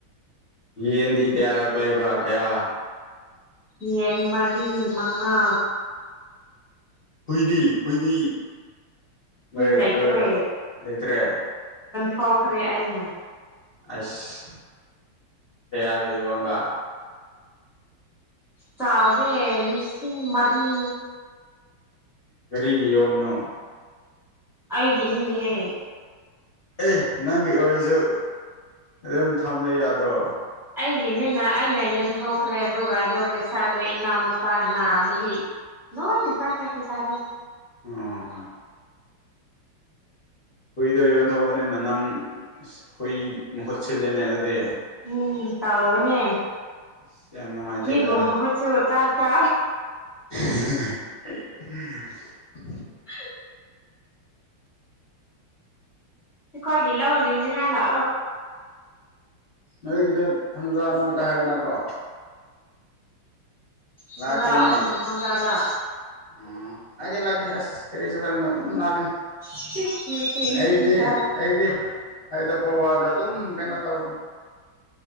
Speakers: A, on the left; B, in the centre.
A: ꯌꯦꯟꯗꯤ ꯀꯌꯥꯔꯛ ꯂꯩꯕ꯭ꯔꯥ ꯀꯌꯥ
B: ꯌꯦ ꯃꯔꯤ ꯃꯉꯥ
A: ꯍꯨꯏꯗꯤ ꯍꯨꯏꯗꯤ
B: ꯍꯨꯏ
A: ꯂꯣꯏ
B: ꯂꯩꯇ꯭ꯔꯦ
A: ꯂꯣꯏꯕ꯭ꯔꯥ ꯂꯩꯇ꯭ꯔꯦ
B: ꯊꯣꯛꯈ꯭ꯔꯦ ꯑꯩꯅ
A: ꯑꯁ ꯀꯌꯥꯒꯤ ꯌꯔꯣꯟꯕ
B: ꯆꯥꯎꯗꯦ ꯂꯤꯁꯤꯡ ꯃꯔꯤ
A: ꯀꯔꯤꯒꯤ ꯌꯣꯕꯅꯣ
B: ꯑꯩꯒꯤꯅꯤꯅꯦ ꯍꯦ
A: ꯑꯦ ꯅꯪꯒꯤ ꯑꯣꯏꯔꯁꯨ ꯑꯗꯨꯝ ꯊꯝꯕ ꯌꯥꯗ꯭ꯔꯣ
B: ꯑꯩꯒꯤꯅꯦꯅ ꯑꯩꯅ ꯌꯦꯟꯊꯣꯛꯈ꯭ꯔꯦ ꯑꯗꯨꯒ ꯑꯗꯣ ꯄꯩꯁꯥꯗꯣ ꯏꯅꯥꯎꯅꯨꯄꯥ ꯅꯥꯕꯒꯤ ꯂꯣꯏꯅꯦ ꯇꯁꯇ ꯁꯥꯗꯣ
A: ꯑꯣ ꯍꯨꯏꯗꯣ ꯌꯣꯟꯊꯣꯛꯧꯕꯅꯤꯅ ꯅꯪ ꯍꯨꯏ ꯃꯍꯨꯠ ꯁꯤꯜꯂꯤꯅꯦ ꯑꯗꯨꯗꯤ
B: ꯎꯝ ꯇ ꯃꯅꯦ
A: ꯑꯁ ꯌꯥꯝ ꯅꯨꯡꯉꯥꯏꯇꯦꯗ
B: ꯍꯏꯒꯝꯝꯕ ꯍꯆ ꯇ ꯇ
A: <unintelligible>
B: <unintelligible> ꯁꯤꯈꯂ ꯍ ꯏꯟꯖꯅꯂ
A: ꯅꯣꯏꯒꯤꯗ ꯊꯪꯖꯥ ꯅꯨꯃꯤꯠꯇ ꯍꯥꯏꯕ ꯅꯠꯇ꯭ꯔꯣ
B: ꯊꯪꯖꯥ
A: ꯂꯥꯛꯀꯦꯅꯦ
B: ꯎꯝ ꯊꯪꯖꯥꯗ
A: ꯑꯣ ꯂꯥꯛꯀꯦ ꯂꯥꯛꯀꯦ ꯑꯁ ꯀꯔꯤꯁꯨ ꯈꯟꯒꯅꯣ ꯑꯗꯨꯝ ꯂꯥꯛꯀꯅꯤ
B: ꯏꯁ ꯅꯆꯤꯟ
A: ꯑꯩꯗꯤ
B: ꯊꯤꯕ
A: ꯑꯩꯗꯤ ꯍꯥꯏꯗꯣꯛ ꯄꯋꯥꯗꯣ ꯑꯗꯨꯝ ꯀꯩꯅꯣ ꯇꯧꯕꯅꯦ